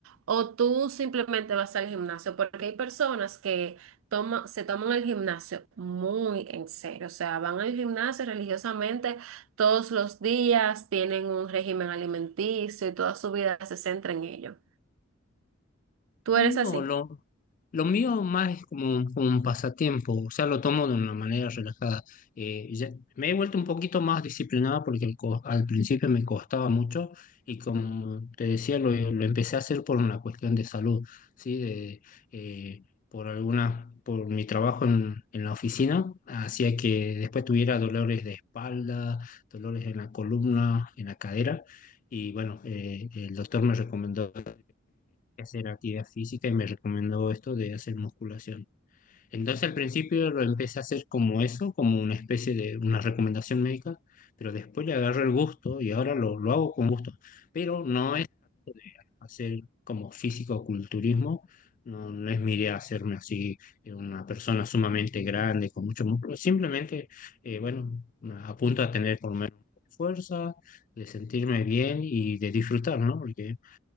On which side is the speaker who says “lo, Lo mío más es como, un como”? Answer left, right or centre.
Left